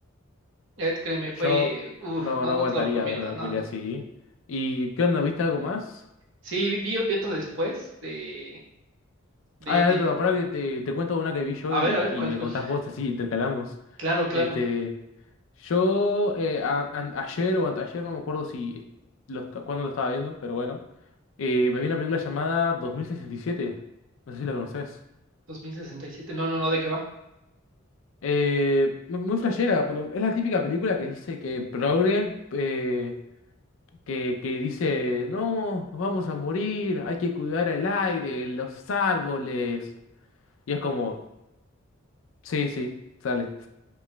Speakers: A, on the right (about 60°); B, on the left (about 65°).
A: eh, créeme, fue,
B: Yo
A: uf,
B: no,
A: no,
B: no
A: no
B: aguantaría
A: te lo recomiendo,
B: ver una
A: no,
B: pelea
A: no
B: así. ¿Y qué onda? ¿Viste algo más?
A: Sí, vi, vi- vi otro después de, de,
B: Ay, a ver,
A: de-
B: pero para que te, te cuento una que vi yo
A: A
B: y,
A: ver, a ver,
B: y
A: ¿cuál,
B: me
A: cuál?
B: contás vos, así intercalamos.
A: Claro, claro.
B: Este, yo eh, a- an- ayer o anteayer, no me acuerdo si lo, est- cuándo lo estaba viendo, pero bueno. eh, me vi una película llamada 2067. No sé si la conoces.
A: dos mil sesenta y siete. No, no, no, ¿de qué va?
B: Eh, mu- muy flashera, pero es la típica película que dice que progre, eh, que, que dice, no, nos vamos a morir, hay que cuidar el aire, los árboles. Y es como, sí, sí, sale.